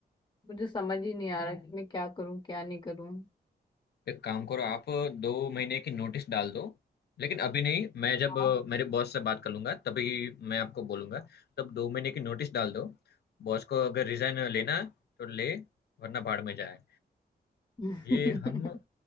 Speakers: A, on the left; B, on the left.
A: मुझे समझ ही नहीं आ रहा कि मैं क्या करूं क्या नहीं करूं
B: एक काम करो आप दो महीने की नोटिस डाल दो लेकिन अभी नहीं मैं जब
A: हाँ
B: अ, मेरे बॉस से बात कर लूंगा तभी मैं आपको बोलूंगा तब दो महीने की नोटिस डाल दो बॉस को अगर रिजाइन लेना है, तो ले वरना भाड़ में जाए
A: <laughs>
B: ये हम